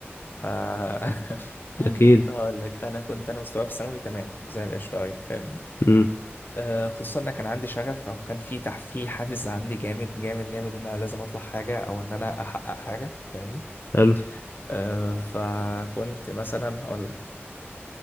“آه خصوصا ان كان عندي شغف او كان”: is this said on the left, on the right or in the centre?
Left